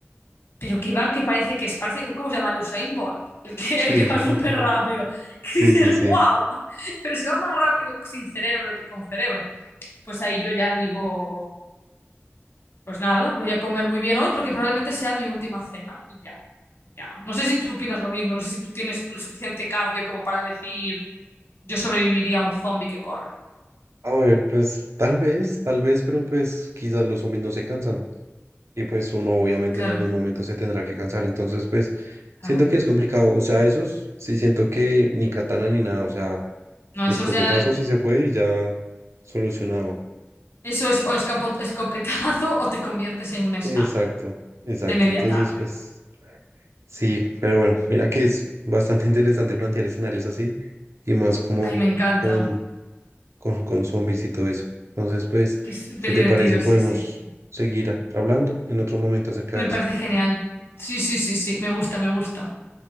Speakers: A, on the left (about 60°); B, on the right (about 85°).
A: pero que van, que parece que es, parecen, ¿cómo se llama? El Usain Bolt, el que,
B: Sí,
A: <laughs> el que va súper
B: <laughs>
A: rápido. Que
B: sí,
A: dices,
B: sí, sí.
A: wow, pero si va más rápido sin cerebro que con cerebro. Pues ahí yo ya digo, pues nada, voy a comer muy bien hoy porque probablemente sea mi última cena y ya, y ya. No sé si tú opinas lo mismo, no sé si tú tienes lo suficiente cardio como para decir, yo sobreviviría a un zombie que corre.
B: A ver, pues tal vez, tal vez, pero pues quizás los zombies no se cansan. Y pues uno obviamente
A: Claro,
B: en algún momento se tendrá que cansar. Entonces, pues
A: claro.
B: siento que es complicado. O sea, esos sí siento que ni katana ni nada. O sea,
A: No,
B: escopetazo
A: eso es ya,
B: si se puede y ya solucionado.
A: eso es o escapo- escopetazo o te conviertes en un snack
B: Exacto, exacto.
A: de media
B: Entonces,
A: tarde.
B: pues sí, pero bueno, mira que es bastante <laughs> interesante plantear escenarios así y más como
A: Ay, me encanta.
B: con, con, con zombies y todo eso. Entonces, pues,
A: Es que es súper
B: si
A: divertido,
B: te parece, podemos
A: sí, sí, sí.
B: seguir a- hablando en otro momento acerca
A: Me
B: de
A: parece
B: esto.
A: genial. Sí, sí, sí, sí, me gusta, me gusta.